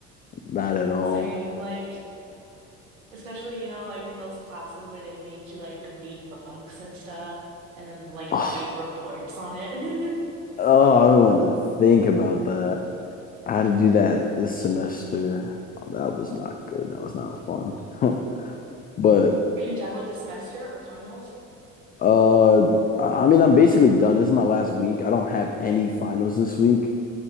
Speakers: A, on the left; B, on the right.
A: Not at all.
B: same. Like, especially, you know, like in those classes where they made you like read books and stuff and then like
A: <sighs>
B: write reports on it. <laughs>
A: Oh, oh, I want to think about that. I had to do that this semester. That was not good. That was not fun. <laughs> But
B: Are you done with the semester or finals?
A: Uh, I I mean, I'm basically done. This is my last week. I don't have any finals this week,